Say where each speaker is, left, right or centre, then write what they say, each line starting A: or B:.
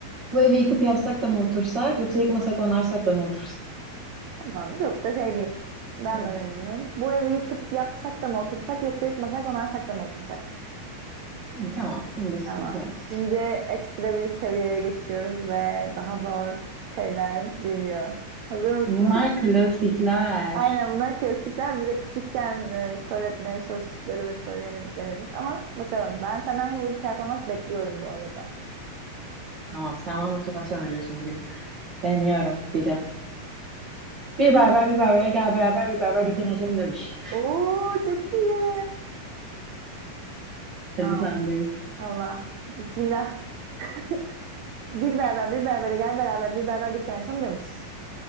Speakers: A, on the right (about 40°); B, on the right (about 75°).
A: Bu evi yıkıp yapsak da mı otursak yoksa yıkmasak onarsak da mı otursak?
B: Tamam, çok da şey değil. Ben
A: Evet.
B: de deneyeyim. Bu evi yıkıp yapsak da mı otursak yoksa yıkmasak onarsak da mı otursak?
A: Ay, tamam. Bunda sıkıntı
B: Tamam.
A: yok.
B: Şimdi ekstra bir seviyeye geçiyoruz ve daha zor şeyler geliyor. Hazır mısın?
A: Bunlar klasikler.
B: Aynen bunlar klasikler bize küçükken e, söyletmeye çalıştıkları ve söyleyemediklerimiz. Ama bakalım ben senden yine iyi bir performans bekliyorum bu arada.
A: Tamam, sen bana motivasyon veriyorsun bugün. Deniyorum bir de. Bir berber bir berbere gel beraber bir berber dükkanı açalım demiş.
B: Oo çok iyi.
A: <laughs>
B: Ha,
A: Hadi sendeyiz.
B: Allah. Bismillah. <laughs> Bir berber bir berbere gel beraber bir berber dükkanı açalım demiş.